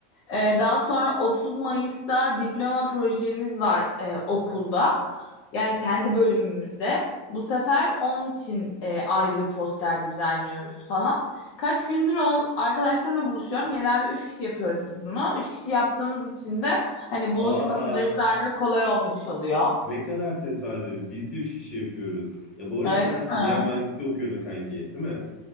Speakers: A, on the left (about 55°); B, on the left (about 35°).
A: Ee, daha sonra 30 Mayıs'ta diploma projemiz var e, okulda. Yani kendi bölümümüzde. Bu sefer onun için e, ayrı bir poster düzenliyoruz falan. Kaç gündür on, arkadaşlarımla buluşuyorum. Genelde 3 kişi yapıyoruz biz bunu. 3 kişi yaptığımız için de hani buluşması
B: Aa,
A: vesaire kolay olmuş oluyor.
B: ne kadar tesadüf. Biz de 3 kişi yapıyoruz. Ya bu arada
A: Öyle
B: sen
A: mi?
B: kimya mühendisi okuyordun kanki, değil mi?